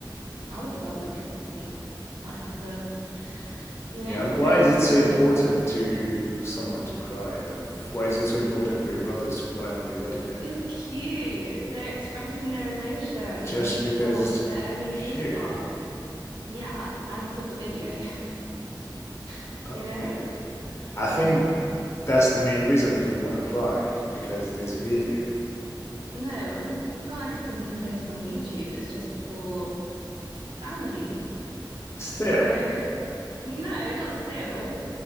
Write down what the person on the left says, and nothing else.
yeah,
why
is it
so important to for someone to cry though? Why is it so important for your brothers to cry on your wedding day?
Just because
it's
cute.
Okay.
I think
that's the main reason that they wanna cry, because there's a video.
Still,